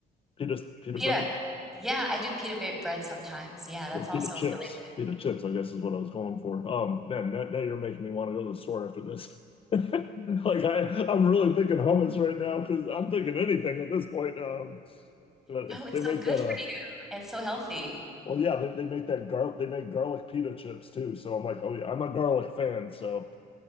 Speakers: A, on the left; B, in the centre.
A: Pita pita
B: pita.
A: bread?
B: Yeah, I do pita bre- bread sometimes. Yeah, that's also
A: pita chips.
B: really
A: Pita chips, I guess, is what I was going for. Um, man, now, now you're making me want to go to the store after this. <laughs> Like I, I'm really thinking hummus right now because I'm thinking anything at this point. Um, but
B: good. No, it's
A: they make
B: so good
A: that
B: for
A: uh,
B: you. It's so healthy.
A: well, yeah, they, they make that gar they make garlic pita chips too. So I'm like, oh yeah, I'm a garlic fan, so